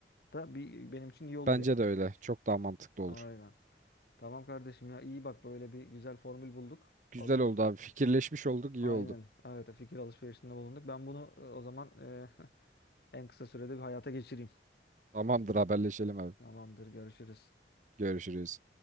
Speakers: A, on the left (about 60°); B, on the right (about 40°).
A: da bir, benim için iyi olur
B: Bence
A: yani.
B: de öyle. Çok daha mantıklı olur.
A: Aynen. Tamam kardeşim ya iyi bak böyle bir güzel formül bulduk.
B: Güzel
A: O zaman
B: oldu abi. Fikirleşmiş olduk, iyi
A: aynen
B: oldu.
A: evet fikir alışverişinde bulunduk. Ben bunu e, o zaman e, <laughs> En kısa sürede bir hayata geçireyim.
B: Tamamdır, haberleşelim abi.
A: Tamamdır, görüşürüz.
B: Görüşürüz.